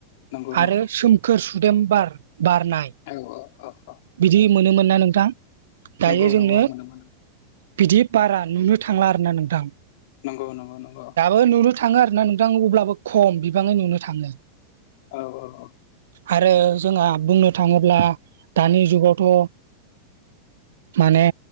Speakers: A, on the left; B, on the right.
A: नंगौ
B: आरो
A: नंगौ
B: सोमखोर सुदेम बार बारनाय
A: औ औ औ औ
B: बिदि मोनोमोन ना नोंथां दायो
A: नंगौ
B: जोंनो
A: नंगौ मोनोमोन
B: बिदि बारा नुनो थांला आरोना नोंथां
A: नंगौ नंगौ नंगौ
B: ओ नुनो थाङो आरो ना नोंथां अब्लाबो खम बिबाङै नुनो थाङो
A: औ औ औ
B: आरो जोंहा बुंनो थाङोब्ला दानि जुगावथ' माने